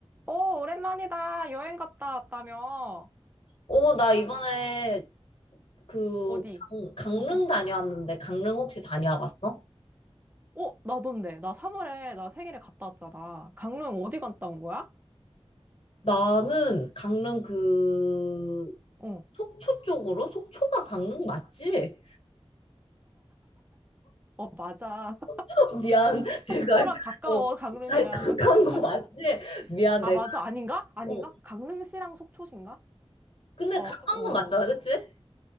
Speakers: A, on the right (about 15°); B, on the left (about 60°).
A: 오, 오랜만이다. 여행 갔다 왔다며.
B: 어, 나 이번에 그
A: 어디?
B: 강, 강릉
A: 어,
B: 다녀왔는데 강릉 혹시 다녀와 봤어?
A: 어, 나던데. 나 3월에 나 생일에 갔다 왔잖아. 강릉 어디 갔다 온 거야?
B: 나는 강릉 그
A: 어,
B: 속초 쪽으로 속초가 강릉 맞지?
A: 어, 맞아. <laughs>
B: <laughs> 미안 내가
A: 속초랑 가까워,
B: 어,
A: 강릉이랑.
B: 가- 가까운 거
A: <laughs>
B: 맞지? 미안 내가
A: 아, 맞아. 아닌가? 아닌가?
B: 어,
A: 강릉시랑 속초신가?
B: 근데
A: 어,
B: 가까운
A: 어,
B: 건 맞잖아 그치?